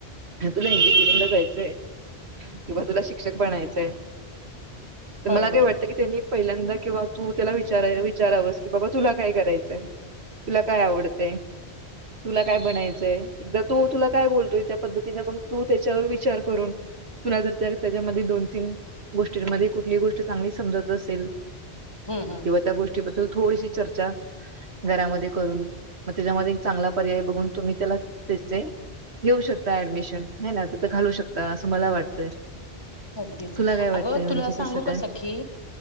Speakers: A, on the right (about 75°); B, on the left (about 25°).
A: तुला इंजिनिअरिंगला जायचंय किंवा तुला शिक्षक बनायचंय.
B: बरोबर
A: मलां काय वाटतं की त्यांनी पहिल्यांदा किंवा तू त्याला विचाराय विचारांवस कि बाबा तुला कायं करायचंय तुला कायं आवडतयं. तुला कायं बनायचंय? एकदा तो तुला कायं बोलतोय त्या पद्धतीने तू त्यांच्यावर विचार करून तुला जर त्या त्यांच्यामध्ये दोन-तीन गोष्टींमध्ये कुठलीही गोष्ट चांगली समजतं असेल
B: हं हं
A: किंवा त्या गोष्टींबद्दल थोडीशी चर्चा घरांमध्ये करून मग त्यांच्यामध्ये एक चांगला पर्याय बघून, तुम्ही त्याला त्याचे घेऊ शकतां ऍडमिशन. आहे ना? तिथं घालू शकतां असं मला वाटतंय.
B: अगदींच.
A: तुला काय वाटतंय
B: अगं
A: म्हणजे
B: तुलां सांगूका
A: कसं काय?
B: सखि